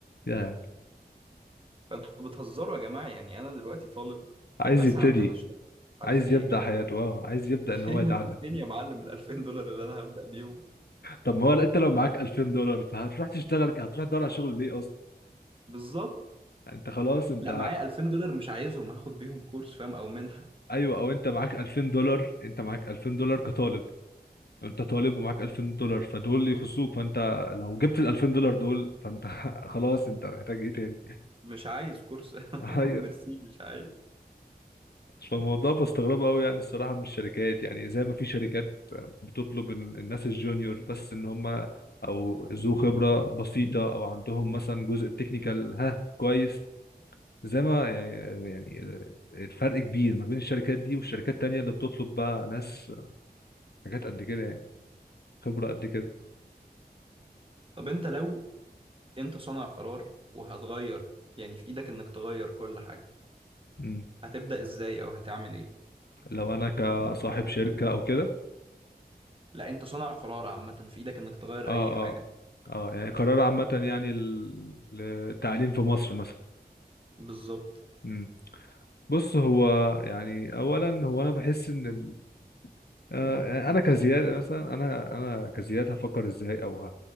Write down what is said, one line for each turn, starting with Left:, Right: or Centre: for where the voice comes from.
Left: يا
Right: فأنتوا بتهزروا يا جماعة يعني أنا دلوقتي طالب
Left: عايز
Right: بسعى
Left: يبتدي
Right: إن أنا أشتغل عارف
Left: عايز
Right: إيه؟
Left: يبدأ حياته اه عايز يبدأ
Right: <laughs> فين
Left: ان هو يتعلم
Right: فين يا معلم ال 2000 دولار اللي أنا هبدأ بيهم؟
Left: طب ما هو انت لو معاك 2000 دولار فهتروح تشتغل هتروح تدور على شغل ليه اصلا
Right: بالظبط
Left: انت خلاص انت
Right: لا معايا 2000 دولار مش عايزهم هاخد بيهم كورس فاهم أو منحة
Left: ايوه او انت معاك 2000 دولار انت معاك 2000 دولار كطالب انت طالب ومعاك 2000 دولار فدول يخصوك فانت لو جبت ال 2000 دولار دول فانت <laughs> خلاص انت محتاج ايه تاني
Right: مش عايز كورس <laughs>
Left: <laughs> ايوه
Right: ميرسي مش عايز
Left: فالموضوع بستغربه قوي يعني الصراحه من الشركات يعني زي ما في شركات بتطلب ال- الناس الجونيور بس ان هم او ذو خبره بسيطه او عندهم مثلا جزء التكنيكال ها كويس زي ما يعني يعني ال- الفرق كبير ما بين الشركات دي والشركات التانية اللي بتطلب بقى ناس حاجات قد كده يعني خبرة قد كده
Right: طب انت لو انت صانع قرار وهتغير يعني في ايدك انك تغير كل حاجة
Left: مم.
Right: هتبدأ ازاي او هتعمل ايه
Left: لو أنا كصاحب شركة أو كده
Right: لا انت صانع قرار عامة في ايدك انك تغير
Left: اه
Right: اي حاجة
Left: اه اه يعني قرار عامة يعني ال- للتعليم في مصر مثلا
Right: بالظبط
Left: مم. بص هو يعني اولا هو انا بحس ان ال... آه، يعني انا كزياد مثلا انا انا كزياد هفكر ازاي او